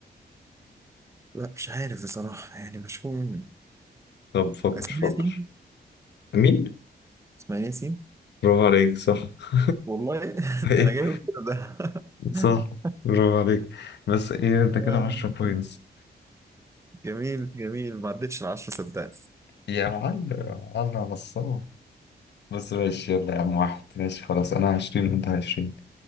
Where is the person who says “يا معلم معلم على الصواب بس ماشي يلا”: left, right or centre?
Left